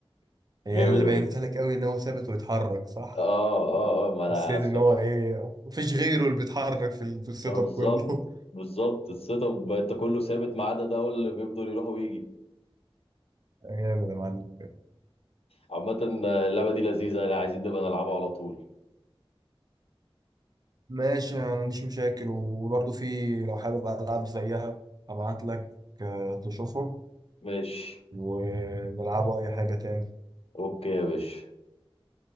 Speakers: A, on the right; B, on the left.
A: يعني
B: جامد
A: اللي
B: أوي.
A: بينت لك قوي ان هو ثابت ويتحرك صح
B: اه اه اه ما انا
A: حسيت ان هو ايه مفيش غيره اللي بيتحرك في ال- في السيت
B: بالظبط
A: اب كله
B: بالظبط السيت اب انت كله ثابت ما عدا ده هو اللي بيفضل يروح ويجي
A: <laughs> جامد يا معلم
B: عامة اللعبة دي لذيذة يعني عايزين نبقى نلعبها على طول
A: ماشي انا ما عنديش مشاكل وبرضه في لو حابب العاب زيها ابعت لك آه، تشوفهم
B: ماشي
A: ونلعبوا اي حاجة تاني
B: اوكي يا باشا